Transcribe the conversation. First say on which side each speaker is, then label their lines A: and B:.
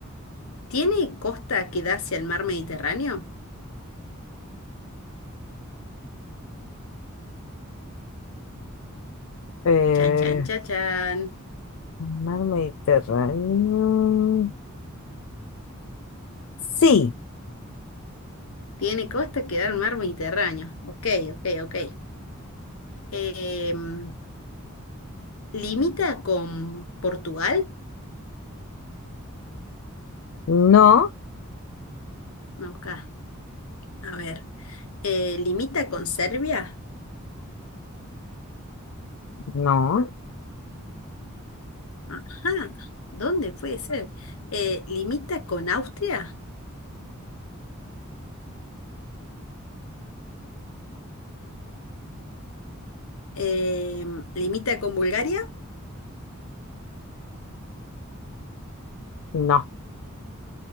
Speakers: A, on the left; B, on the left.
A: ¿tiene costa que da hacia el mar Mediterráneo?
B: Eh,
A: Chan, chan, chan, chan.
B: el mar Mediterráneo. Sí,
A: Tiene costa que da al mar Mediterráneo. Ok, ok, ok. Eh, mm, ¿limita con Portugal?
B: no,
A: Ok. A ver, eh, ¿limita con Serbia?
B: no,
A: Ajá, ¿dónde puede ser? Eh, ¿limita con Austria? Em, ¿limita con Bulgaria?
B: no, no,